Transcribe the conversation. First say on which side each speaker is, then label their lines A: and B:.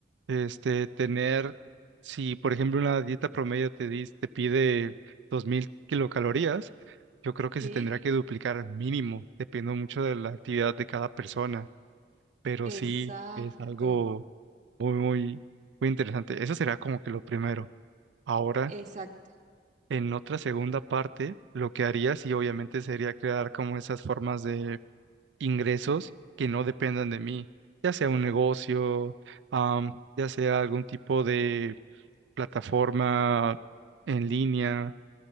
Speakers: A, on the right; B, on the right.
A: este tener, si por ejemplo una dieta promedio te dis- te pide 2000 kilocalorías, yo creo que
B: Sí.
A: se tendrá que duplicar mínimo, dependiendo mucho de la actividad de cada persona, pero
B: Exacto,
A: sí es algo muy, muy, muy interesante. Eso será como que lo primero. Ahora,
B: exacto,
A: en otra segunda parte, lo que haría sí obviamente sería crear como esas formas de ingresos que no dependan de mí, ya sea un negocio, am, ya sea algún tipo de plataforma en línea,